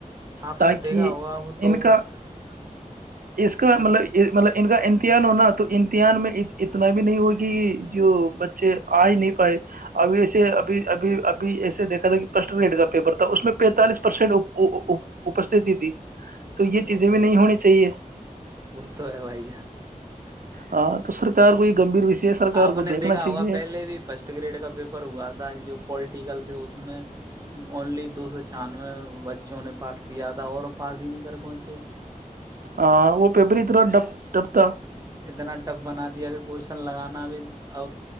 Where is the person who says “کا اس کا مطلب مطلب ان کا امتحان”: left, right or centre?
Right